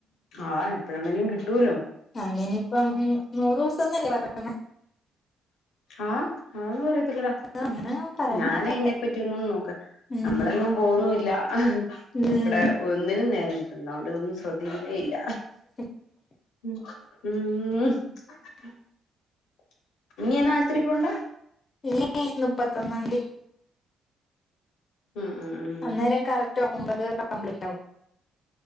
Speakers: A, on the left; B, on the left.
A: ആ എപ്പോഴാണേങ്കലും കിട്ടൂല്ലോ
B: അങ്ങനാണേ ഇപ്പം നൂറ് ദിവസംന്നല്ലേ പറഞ്ഞേക്കുന്ന
A: ആഹ് ആ ഒന്നും അറിയത്തില്ലടാ
B: അങ്ങനെ പറഞ്ഞ
A: ഞാന്
B: കേട്ടെ
A: അയിനെ പറ്റിയൊന്നു നോക്ക്‌
B: ഉം
A: നമ്മളെങ്ങും പോന്നുമില്ല
B: ഉം
A: ഇവിടെ ഒന്നിനും നേരം കിട്ടുന്നില്ല അതൊണ്ട് ഇതൊന്നും ശ്രദ്ധിക്കുന്നേ ഇല്ല
B: <inaudible>
A: ഉം ഉം ഹ് ഇനിയെന്നാ ആശുത്രി പോണ്ടേ
B: ഇനി മുപ്പത്തൊന്നാംതി
A: ഉം ഉം ഉം
B: അന്നേരം കറക്റ്റ് ഒമ്പത് കംപ്ലീറ്റാകും